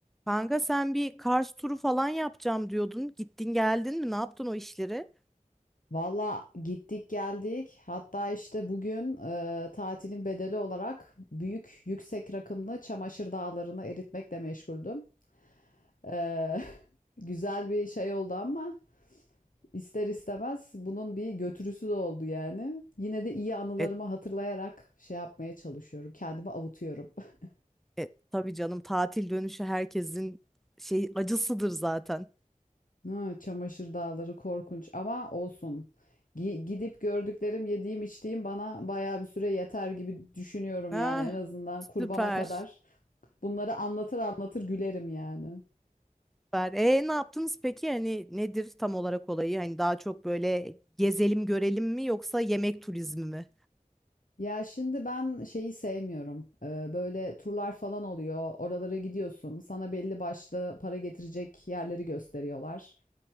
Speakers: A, in the centre; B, on the left (about 70°).
A: Kanka sen bir Kars turu falan yapacağım diyordun. Gittin geldin mi? Ne yaptın o işleri?
B: Valla gittik geldik. Hatta işte bugün e, tatilin bedeli olarak büyük yüksek rakımlı çamaşır dağlarını eritmekle meşguldüm. E, <laughs> güzel bir şey oldu ama ister istemez bunun bir götürüsü de oldu yani. Yine de iyi anılarımı
A: E,
B: hatırlayarak şey yapmaya çalışıyorum. Kendimi avutuyorum. <laughs>
A: e, tabii canım tatil dönüşü herkesin şey acısıdır zaten.
B: Ha, çamaşır dağları korkunç ama olsun. Gi- Gidip gördüklerim, yediğim, içtiğim bana bayağı bir süre yeter gibi düşünüyorum
A: Ah,
B: yani en azından kurbana
A: süper.
B: kadar. Bunları anlatır anlatır gülerim yani.
A: Süper. E ne yaptınız peki? Hani nedir tam olarak olayı? Hani daha çok böyle gezelim görelim mi yoksa yemek turizmi mi?
B: Ya şimdi ben şeyi sevmiyorum. Ee, böyle turlar falan oluyor. Oralara gidiyorsun. Sana belli başlı para getirecek yerleri gösteriyorlar.